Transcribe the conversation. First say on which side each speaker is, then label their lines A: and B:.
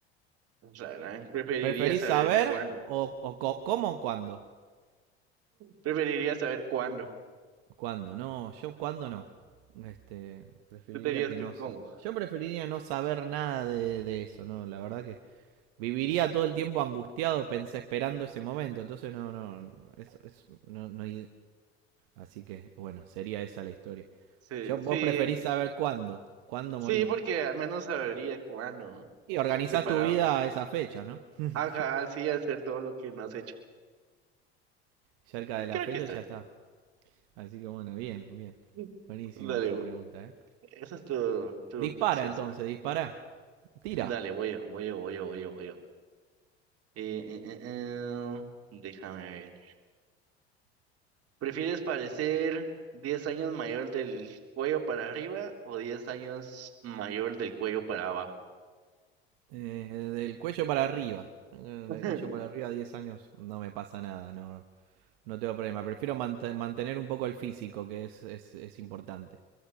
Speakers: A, on the right (about 45°); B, on the right (about 60°).
A: rarán. Preferiría
B: ¿Preferís
A: saber
B: saber
A: cuándo.
B: o, o cómo o cuándo?
A: Preferiría saber cuándo.
B: ¿Cuándo? No, yo cuándo no. Este, preferiría
A: Tú te dirías
B: que
A: que
B: no.
A: cómo.
B: Yo preferiría no saber nada de, de eso, ¿no? La verdad que viviría todo el tiempo angustiado, pensé, esperando ese momento. Entonces, no, no, eso, eso- no, no Así que, bueno, sería esa la historia.
A: Sí,
B: Yo, vos
A: sí,
B: preferís saber cuándo, cuándo
A: sí,
B: morir.
A: porque al menos sabría cuándo.
B: Y organizás
A: Preparado.
B: tu vida a esa fecha, ¿no? <laughs>
A: Ajá, sí, hacer todo lo que no has hecho.
B: Cerca de la
A: Creo
B: fecha
A: que está
B: ya está. Así que, bueno, bien, bien.
A: bien.
B: Buenísimo
A: Dale,
B: esa
A: bu-
B: pregunta, ¿eh?
A: esa es tu, tu
B: Dispara
A: capciosa.
B: entonces, dispara. Tira.
A: Dale, voy yo, voy yo, voy yo, voy yo, voy yo. Eh, eh, eh, eh, déjame ver. ¿Prefieres parecer 10 años mayor del cuello para arriba o 10 años mayor del cuello para abajo?
B: Eh, del cuello para arriba. Eh,
A: <laughs>
B: Del cuello para arriba, 10 años, no me pasa nada, no, no tengo problema. Prefiero mante- mantener un poco el físico, que es, es, es importante.